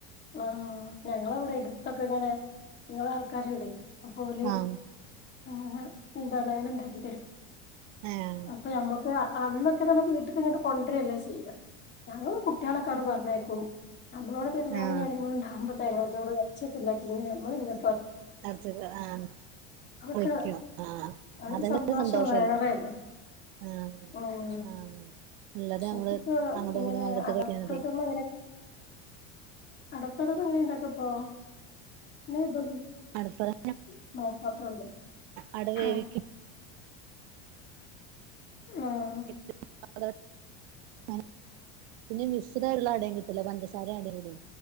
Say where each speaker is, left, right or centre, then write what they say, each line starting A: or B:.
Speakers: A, on the left; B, on the right.
A: ആഹ് ഞങ്ങളവിടെ എടുത്തൊക്കെ ഇങ്ങനെ ഇങ്ങളെ ആൾക്കാര്ണ്ടേയ് അപ്പോല്
B: ആഹ്
A: ആഹ എന്താണ് <unintelligible> ഇണ്ടാക്കി തരും
B: ആഹ്
A: അപ്പൊ ഞമ്മക്ക് അന്നൊക്കെ ന്നറഞ്ഞ വീട്ട്ക്ക് ഇങ്ങട്ട് കൊണ്ട്രാല്ലോ ചെയ്യ ഞങ്ങള് കുട്ടികളെക്കാട് പറഞ്ഞയക്കും നമ്മളോടെ പെരുന്നാളും
B: ആഹ്
A: കാര്യങ്ങളും ഇണ്ടാവുമ്പോ തേങ്ങാ ചോറ് എർച്ചി ഒക്കെ ഇണ്ടാക്കി ഇങ്ങനെ നമ്മള്ങ്ങ
B: അട്ത്തത് ആഹ്
A: അതൊക്കെ
B: വിളിക്കും ആ
A: അതൊരു
B: അതന്നെ
A: സന്തോഷം
B: സന്തോഷല്ലേ
A: വേറേണ്
B: ആ
A: ഉം
B: ആ തുള്ളത് നമ്മള്
A: ഇൻക്കിപ്പോ
B: അങ്ങടും
A: ഇങ്ങനെ
B: ഇങ്ങടും പങ്കിട്ട്
A: അടപ്രഥമൻ
B: ക <unintelligible>
A: അടപ്രദമം എങ്ങനെ ഇണ്ടാക്ക അപ്പോ <unintelligible>
B: അടുത്തത്
A: നോക്കാത്തോണ്ട്
B: അട വേവിക്കും
A: ആ ആഹ്
B: <unintelligible> പിന്നെ വിസ് <unintelligible> അടേം കിട്ടില്ല പഞ്ചസാരിം അടേം കൂടി